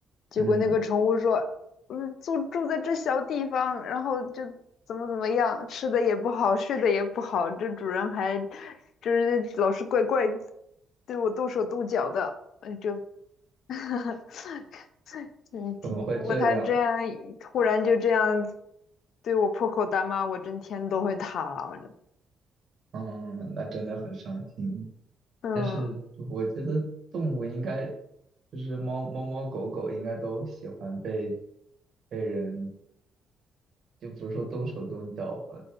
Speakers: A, on the left; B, on the right.
A: 结果那个宠物说，
B: 嗯，
A: 嗯，住住在这小地方，然后就怎么怎么样，吃的也不好，睡的也不好，这主人还就是老是怪怪对我动手动脚的，嗯，就，<laughs> 嗯，
B: 怎么会这样？
A: 如果他这样突然就这样对我破口大骂，我真天都会塌。我真
B: 嗯，那真的很伤心。
A: 嗯，
B: 但是我觉得动物应该就是猫猫猫狗狗应该都喜欢被被人，就不是说动手动脚吧，